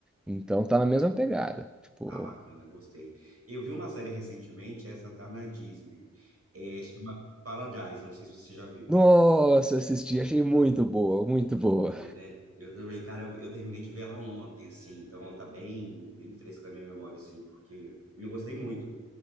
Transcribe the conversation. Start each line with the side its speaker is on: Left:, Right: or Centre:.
Centre: Então, tá na mesma pegada. Tipo,
Right: Ah, bacana, gostei. Eu vi uma série recentemente, essa tá na Disney, é, chama Paradise, não sei se você já viu.
Centre: Nossa, assisti, achei muito boa, muito
Right: Muito
Centre: boa.
Right: boa, né? Eu também, cara, eu, eu terminei de ver ela ontem, assim, então ela tá bem, bem fresca na minha memória, assim, porque eu gostei muito.